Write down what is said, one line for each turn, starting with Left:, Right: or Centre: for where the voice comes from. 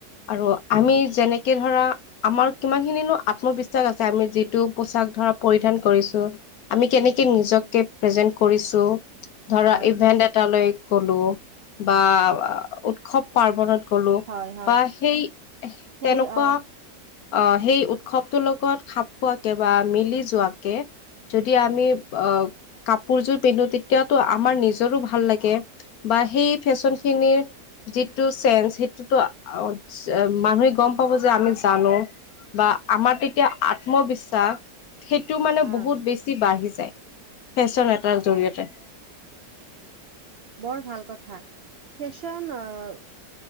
Left: আৰু আমি যেনেকে ধৰা আমাৰ কিমানখিনিনো আত্মবিশ্বাস আছে আমি যিটো পোচাক ধৰা পৰিধান কৰিছো। আমি কেনেকে নিজকে প্ৰেজেন্ট কৰিছো। ধৰা
Right: হয়
Left: ইভেন্ট এটালৈ গ'লো বা উৎসৱ-পাৰ্বনত গ'লো
Right: হয় হয়
Left: বা সেই
Right: সেই
Left: তেনেকুৱা
Right: আহ
Left: অহ, সেই উৎসৱটোৰ লগত খাপ খোৱাকে বা মিলি যোৱাকে যদি আমি অহ, কাপোৰযোৰ পিন্ধো তেতিয়াতো আমাৰ নিজৰো ভাল লাগে। বা সেই ফেশ্বনখিনিৰ যিটো চেঞ্জ সেইটোতো অ', মানুহে গম পাব যে আমি জানো বা আমাৰ তেতিয়া আত্মবিশ্বাস সেইটো মানে
Right: আহ
Left: বহুত বেছি ছি বাঢ়ি যায় ফেশ্বন এটাৰ জৰি়য়তে।
Right: বৰ ভাল কথা। ফেশ্বন অহ